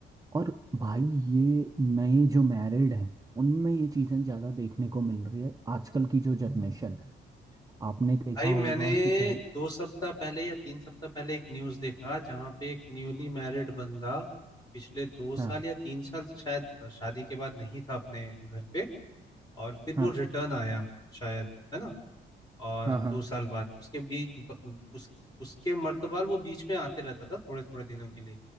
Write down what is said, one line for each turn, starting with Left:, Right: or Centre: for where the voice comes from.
Right: और भाई ये नए जो मैरिड हैं उनमें ये चीज़ें ज़्यादा देखने को मिल रही है आजकल की जो जनरेशन है आपने देखा
Left: भाई
Right: होगा
Left: मैंने
Right: कि पहले
Left: दो सप्ताह पहले या तीन सप्ताह पहले एक न्यूज देखा जहाँ पे एक न्यूली मैरिड बंदा पिछले दो साल
Right: हाँ
Left: या तीन साल से शायद अ, शादी के बाद नहीं था अपने घर पे और फिर वो
Right: हाँ
Left: रिटर्न आया शायद है ना और
Right: हाँ हाँ
Left: दो साल बाद उसके बीच ब- उस उसके मर्तबाल वो बीच में आते रहता था थोड़े थोड़े दिनों के लिए